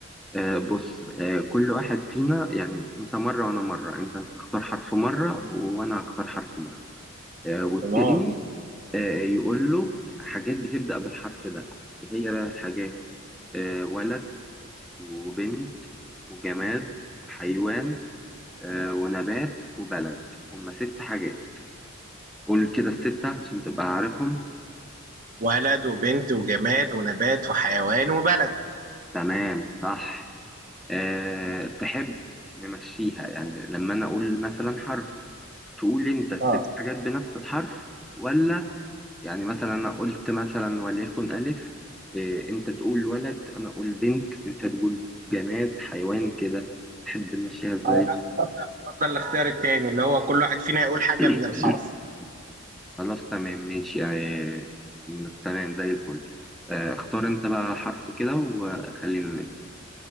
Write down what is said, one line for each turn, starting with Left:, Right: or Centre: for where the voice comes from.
Centre: آه بص آه كل واحد فينا يعني أنت مرة وأنا مرة أنت هتختار حرف مرة وأنا هختار حرف مرة آه والتاني
Right: تمام
Centre: آه يقول له حاجات بتبدأ بالحرف ده إيه هي بقى الحاجات آه ولد وبنت وجماد وحيوان آه ونبات وبلد هما ست حاجات قول كده الستة عشان تبقى عارفهم
Right: ولد وبنت وجماد ونبات وحيوان وبلد
Centre: تمام صح أه تحب نمشيها يعني لما أنا أقول مثلا حرف تقول أنت الست
Right: اه
Centre: حاجات بنفس الحرف ولا يعني مثلا أنا قلت مثلا وليكن ألف أه أنت تقول ولد أنا أقول بنت أنت تقول جماد حيوان كده تحب نمشيها إزاي؟
Right: اه لا اتفضل اتفضل الاختيار التاني اللي هو كل واحد فينا يقول حاجة من
Centre: <laughs>
Right: الحرف
Centre: <clears throat> خلاص تمام ماشي أه تمام زي الفل أه اختار أنت بقى حرف كده وخلينا نبدأ